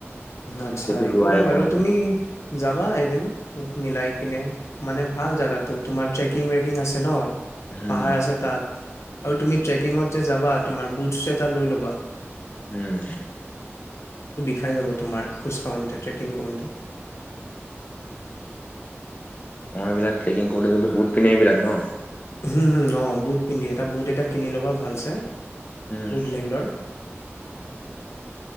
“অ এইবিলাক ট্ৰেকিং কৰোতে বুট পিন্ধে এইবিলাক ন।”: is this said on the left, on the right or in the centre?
Left